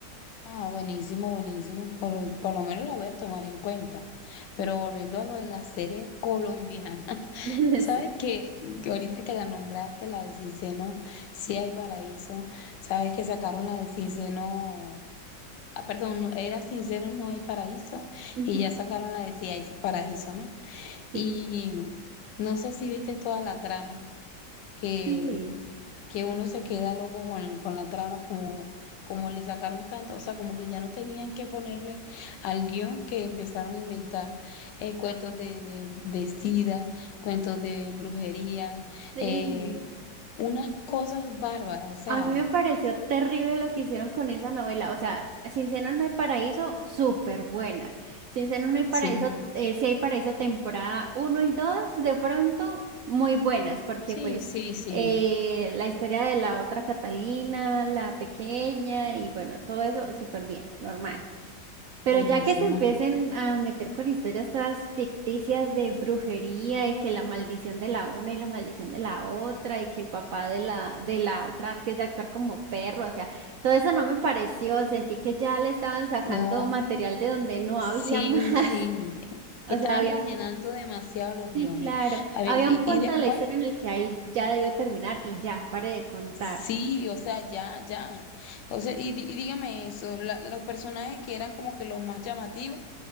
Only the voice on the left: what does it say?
ah, buenísimo, buenísimo. Por, por lo menos lo voy a tomar en cuenta. Pero
volviendo a lo de las series colombianas, <laughs>
¿sabes
qué? Que ahorita que la nombraste, la de Cinceno, sí hay paraíso. ¿Sabes que sacaron la de Cinceno? ah, perdón, no, era sincero, no hay paraíso,
y ya sacaron la de si hay paraíso, ¿no?
Y no sé si viste toda la trama, que,
que uno se queda loco con, con la trama, como, como le sacaron tanto, o sea, como que ya no tenían que ponerle al guión que empezaron a inventar eh, cuentos de, de, de sida, cuentos de brujería,
eh, unas cosas bárbaras, o sea,
sí,
sí,
sí, sí,
buenísima.
No,
sí,
sí, estaban
rellenando demasiado los
guiones.
A ver,
y,
y después,
sí, o sea, ya, ya. O sea, y, di- y dígame eso, la- los personajes que eran como que los más llamativos,